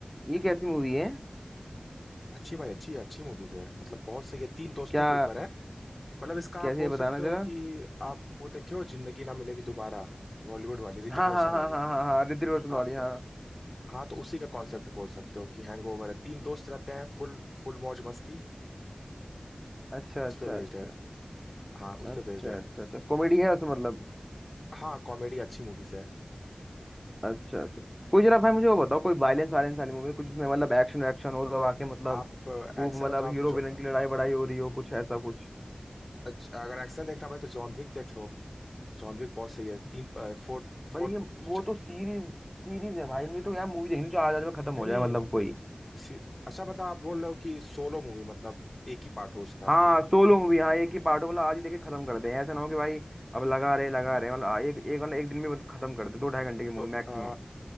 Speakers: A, in the centre; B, on the left (about 55°).
A: ये कैसी मूवी है
B: अच्छी भाई अच्छी अच्छी मूवीज है मतलब बहुत सही है तीन दोस्तों
A: क्या
B: के ऊपर है मतलब इसका
A: कैसी
B: आप बोल
A: है बताना
B: सकते
A: जरा
B: हो कि आप वो देखे हो जिंदगी ना मिलेगी दोबारा बॉलीवुड वाली ऋतिक
A: हाँ
B: रोशन
A: हाँ हाँ
B: वाली
A: हाँ हाँ हाँ ऋतिक रोशन
B: हाँ
A: वाली हाँ
B: उ- हाँ तो उसी का कॉन्सेप्ट बोल सकते हो कि हैंगओवर है तीन दोस्त रहते हैं फुल फुल मौज मस्ती
A: अच्छा
B: उस
A: अच्छा
B: पे बेस्ड
A: अच्छा
B: है हाँ उस
A: अच्छा
B: पे बेस्ड है
A: अच्छा अच्छा कॉमेडी है उसमें मतलब
B: हाँ कॉमेडी अच्छी मूवीज है
A: अच्छा अच्छा कोई जरा भाई मुझे वो बताओ कोई वायलेंस वायलेंस वाली मूवी कुछ जिसमें मतलब एक्शन एक्शन हो दबा के मतलब
B: आप
A: खूब
B: एक्शन
A: मतलब
B: हो तो आप
A: हीरो
B: जो-
A: विलन
B: अ,
A: की लड़ाई बड़ाई हो रही हो कुछ ऐसा कुछ
B: अगर एक्शन देखना भाई तो जॉन विक देख लो जॉन विक बहुत सही है तीन फोर्थ
A: भाई
B: फोर्थ
A: ये वो तो सीरीज सीरीज है भाई मुझे तो यार मूवी देखनी जो आज आज में खत्म हो
B: नहीं नहीं
A: जाए मतलब कोई
B: सी- अच्छा मतलब आप बोल रहे हो कि सोलो मूवी मतलब एक ही पार्ट हो उसका
A: हाँ सोलो मूवी हाँ एक ही पार्ट हो मतलब आज ही देखे खत्म कर दे ऐसा ना हो कि भाई अब लगा रहे लगा रहे मतलब एक एक मतलब एक दिन में मतलब खत्म कर दे दो ढाई घंटे की मूवी
B: नो
A: मैक्सिमम
B: आ,